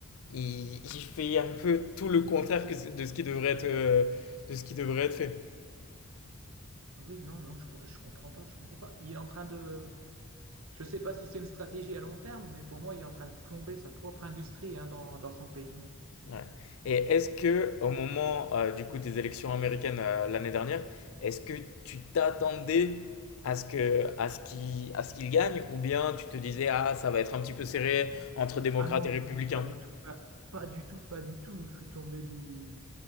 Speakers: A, on the left; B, on the right.
A: il, il fait un peu tout le contraire que, de ce qui devrait être, euh, de ce qui devrait être fait.
B: Ah oui, non, non, je, co- je comprends pas, je comprends pas. Il est en train de, je sais pas si c'est une stratégie à long terme, mais pour moi, il est en train de plomber sa propre industrie hein, dans, dans son pays.
A: Ouais. Et est-ce que au moment euh, du coup des élections américaines euh, l'année dernière, est-ce que tu t'attendais à ce que à ce qu'il à ce qu'il gagne ou bien tu te disais ah ça va être un petit peu serré entre démocrates
B: Ah non,
A: et républicains?
B: non, pas du tout, pas, pas du tout, pas du tout. Je suis tombé du